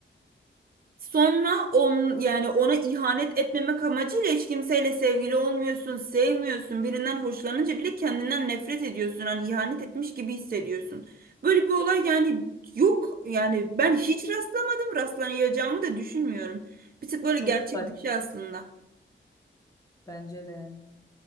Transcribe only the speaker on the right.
Sonra on yani ona ihanet etmemek amacıyla hiç kimseyle sevgili olmuyorsun, sevmiyorsun. Birinden hoşlanınca bile kendinden nefret ediyorsun. Hani ihanet etmiş gibi hissediyorsun. Böyle bir olay yani yok. Yani ben hiç rastlamadım. Rastlayacağımı da düşünmüyorum. Bir tık böyle
gerçek
dışı aslında.